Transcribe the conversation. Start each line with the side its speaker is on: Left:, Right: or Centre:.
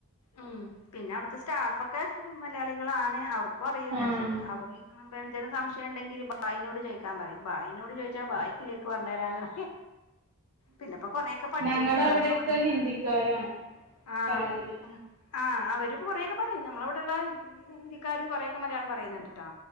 Left: ഉം പിന്നെ അവിട്ത്തെ സ്റ്റാഫക്കെ മലയാളികളാണ് അവർ ക്കും അറിയൂല്ല
Right: ആഹ്
Left: ശരിക്കും അവര് ഉം എന്തേലും സംശ ശെണ്ടെങ്കില് ബായിനോട് ചോയ്ക്കാൻ പറയും ബായിനോട് ചോയ്ച്ചാ ഭായിക്ക് ഇങ്ങക്ക് പറഞ്ഞ് തരാനൊ പിന്നിപ്പ കൊറെയൊക്കെ പഠിച്ചിട്ട്ണ്ട്
Right: ഞങ്ങടെ അവിടെയൊക്കെ
Left: നമ്മളിവ്ടെ
Right: ഹിന്ദിക്കാരാണ്
Left: ആഹ്
Right: പരാഗില്
Left: ഉം ആഹ് അവര്പ്പം കൊറെയൊക്കെ പറയും നമ്മളിവ്ട്ള്ള ഹിന്ദിക്കാരും കൊറെേയൊക്കെ മലയാളം പറയ്ന്ന്ണ്ട്ട്ടാ